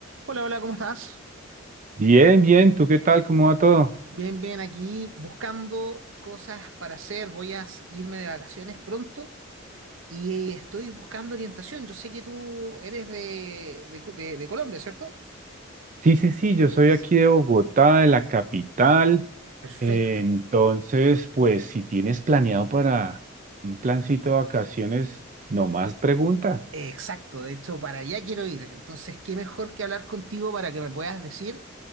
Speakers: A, on the right; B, on the right.
A: Hola, hola, ¿cómo estás?
B: Bien, bien, ¿tú qué tal? ¿Cómo va todo?
A: Bien, bien, aquí buscando cosas para hacer. Voy a s- irme de vacaciones pronto y estoy buscando orientación. Yo sé que tú eres de, de Co- de- de Colombia, ¿cierto?
B: Sí, sí, sí, yo soy
A: Sí,
B: aquí de Bogotá, de la capital.
A: Perfecto,
B: Eh, Entonces, pues si tienes planeado para un plancito de vacaciones, nomás pregunta.
A: exacto. De hecho, para allá quiero ir. Entonces, qué mejor que hablar contigo para que me puedas decir